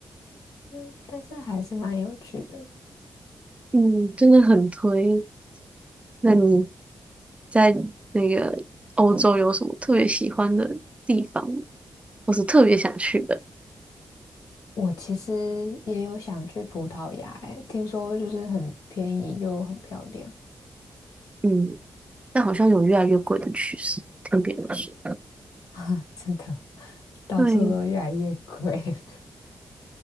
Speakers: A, on the left (about 80°); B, on the right (about 20°).
A: <laughs>，嗯，但是还是蛮有趣的。
B: 嗯，真的很推。那你在那个欧洲有什么特别喜欢的地方吗，或是特别想去的？
A: 我其实也有想去葡萄牙，欸，听说就是很便宜又很漂亮。
B: 嗯，但好像有越来越贵的趋势，听别人说，
A: <laughs> 真的，到处都越来越贵。
B: 对，
A: <laughs>